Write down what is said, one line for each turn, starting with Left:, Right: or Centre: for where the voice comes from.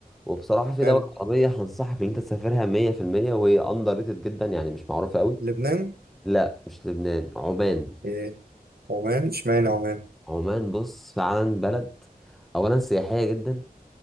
Centre: وبصراحة في
Right: حلو
Centre: دولة عربية هنصحك ان انت تسافرها 100% وهي اندر ريتد جدا يعني مش معروفة قوي
Right: لبنان
Centre: لا مش لبنان عمان
Right: إيه عمان اشمعنى عمان
Centre: عمان بص فعلا بلد اولا سياحية جدا